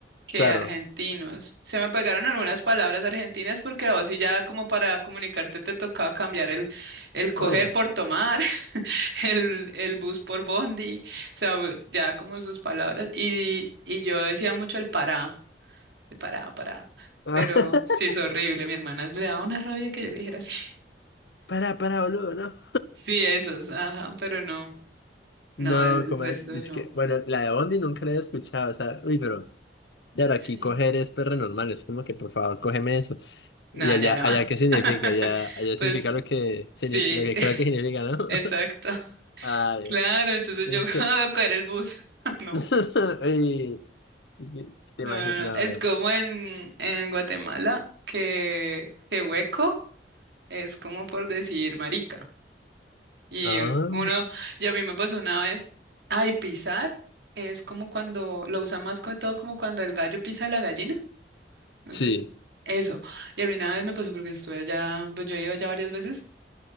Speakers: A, on the right; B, on the left.
A: que
B: claro,
A: argentinos. Se me pegaron algunas palabras argentinas porque a vos sí ya como para comunicarte te tocaba cambiar el, el coger
B: oído.
A: por tomar, <laughs> el, el bus por bondi, o sea, vos- ya como sus palabras. Y, y yo decía mucho el pará, el pará, pará.
B: <laughs>
A: Pero sí es horrible, mi hermana le daba una rabia que yo le dijera así. <laughs>
B: Para, para, boludo, ¿no?
A: Sí, esos, ajá, pero no. No,
B: No,
A: el, el
B: como,
A: resto
B: es
A: no.
B: que, bueno, la de Bondi nunca la he escuchado, o sea, uy, pero, claro,
A: Sí.
B: aquí coger es perro normal, es como que, por favor, cógeme eso.
A: No,
B: Y allá,
A: ya no.
B: allá, ¿qué
A: <laughs>
B: significa? Allá, allá
A: Pues
B: significa lo que,
A: sí,
B: signi- lo que
A: <laughs>
B: creo que significa, ¿no? <laughs>
A: exacto.
B: Ah,
A: Claro,
B: ya.
A: entonces
B: Es
A: yo <laughs>
B: que,
A: voy a coger el bus. <laughs> No,
B: <laughs> Ay, ¿Qué te
A: no,
B: imaginas?
A: no, no. Es como en, en Guatemala que, que hueco es como por decir marica. Y
B: Ah,
A: uno, y a mí me pasó una vez, ay, pisar es como cuando, lo usan más que todo como cuando el gallo pisa a la gallina. Entonces,
B: sí.
A: eso. Y a mí una vez me pasó porque estuve allá, pues yo he ido allá varias veces.